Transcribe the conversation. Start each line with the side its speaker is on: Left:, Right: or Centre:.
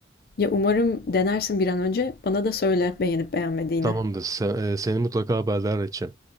Left: Ya umarım denersin bir an önce. Bana da söyle beğenip beğenmediğini.
Right: Tamamdır. Sen, e, seni mutlaka haberdar edeceğim.